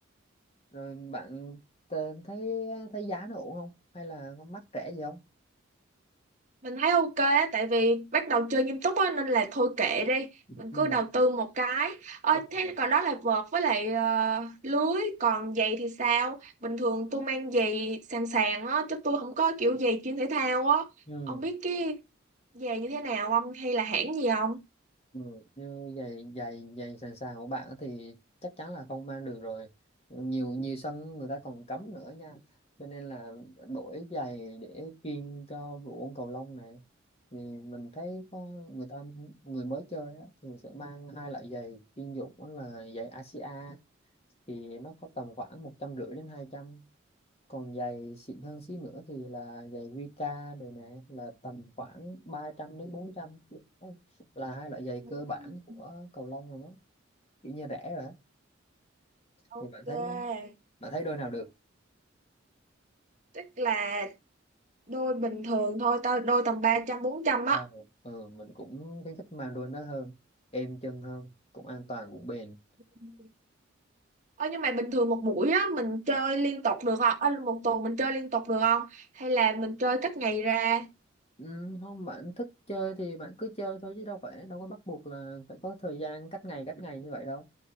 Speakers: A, on the left (about 30°); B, on the right (about 35°).
A: rồi bạn t- thấy thấy giá nó ổn không hay là có mắc rẻ gì không
B: mình thấy ok á tại vì bắt đầu chơi nghiêm túc á nên là thôi kệ đi
A: ừ.
B: mình cứ đầu tư một cái ôi
A: đúng
B: thế
A: rồi.
B: còn đó là vợt với lại ờ, lưới còn giày thì sao bình thường tôi mang giày sàn sàn á chứ tôi không có kiểu giày chuyên thể thao á
A: Ừ.
B: ông biết cái giày như thế nào không hay là hãng gì không
A: Ừ, như giày giày giày sàn sàn của bạn thì chắc chắn là không mang được rồi nhiều nhiều sân người ta còn cấm nữa nha cho nên là đổi giày để chuyên cho vụ ôn cầu lông này thì mình thấy có người ta người mới chơi á, thì sẽ mang hai loại giày chuyên dụng đó là giày ASIA thì nó có tầm khoảng một trăm rưỡi đến hai trăm còn giày xịn hơn xí nữa thì là giày Wika rồi nè là tầm khoảng 300 đến 400 Đấy, là hai loại giày
B: Ừ,
A: cơ bản của cầu lông rồi đó kiểu như rẻ rồi á
B: ok
A: thì bạn thấy bạn thấy đôi nào được
B: tức là đôi bình thường thôi tao đôi tầm ba trăm bốn trăm
A: Ờ, ừ, mình cũng khuyến khích mang đôi nó hơn êm chân hơn cũng an toàn cũng bền
B: á Ơ nhưng mà bình thường một buổi á mình chơi liên tục được không? Ơ một tuần mình chơi liên tục được không? Hay là mình chơi cách ngày ra?
A: ừ, không bạn thích chơi thì bạn cứ chơi thôi chứ đâu phải đâu có bắt buộc là phải có thời gian cách ngày cách ngày như vậy đâu